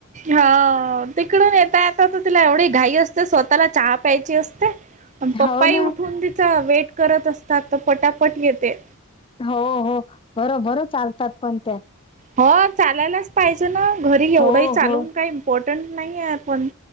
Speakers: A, on the right; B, on the left.
A: हा तिकडून येतात तिला एवढी घाई असते. स्वतःला चहा प्यायची असते, पप्पा
B: हो ना
A: उठून तिच वेट. करत असतात तर पटापट येते.
B: हो हो भरभर चालतात पण त्या.
A: हो चालायलाच पाहिजे ना घरी एवढंही
B: हो
A: चालवून
B: हो
A: काही इम्पॉर्टंट नाही आहे पण